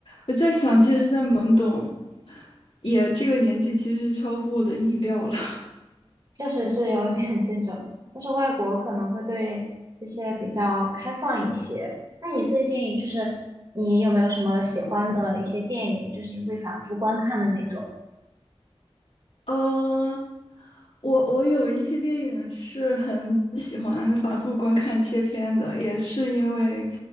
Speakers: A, on the left; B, on the right.
A: 我在想，即使是在懵懂，也这个年纪其实超乎我的意料了。
B: 确实是有点这种，但是外国可能会对这些比较开放一些。那你最近就是你有没有什么喜欢的一些电影，就是你会反复观看的那种？
A: 呃，我我有一些电影是很 <laughs> 喜欢反复观看切片的，也是因为